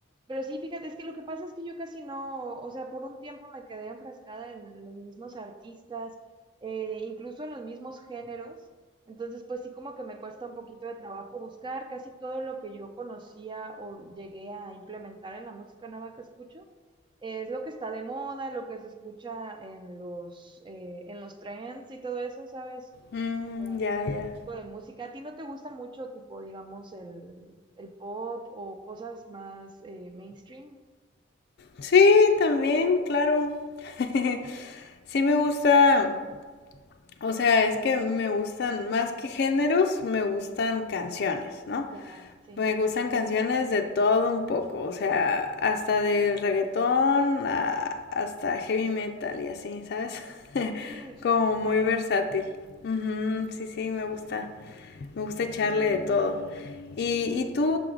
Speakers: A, on the right; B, on the left.
A: Pero sí, fíjate, es que lo que pasa es que yo casi no, o sea, por un tiempo me quedé enfrascada en los mismos artistas, eh, incluso en los mismos géneros. Entonces, pues sí, como que me cuesta un poquito de trabajo buscar casi todo lo que yo conocía o llegué a implementar en la música nueva que escucho. Es lo que está de moda, lo que se escucha en los, eh, en los trends y todo eso, ¿sabes?
B: Mm,
A: Como
B: ya, ya.
A: tipo de música? ¿A ti no te gusta mucho, tipo, digamos, el, el pop o cosas más eh, mainstream?
B: Sí, también, claro. <laughs> sí me gusta O sea, es que me gustan, más que géneros, me gustan canciones, ¿no?
A: Ya, sí.
B: Me gustan canciones de todo un poco, o sea, hasta del reggaetón a- hasta heavy metal y así, ¿sabes? <laughs>
A: Sí,
B: Como
A: claro,
B: muy
A: variado.
B: versátil. Ujú, sí, sí, me gusta. Me gusta echarle de todo. ¿Y,
A: sí
B: y tú,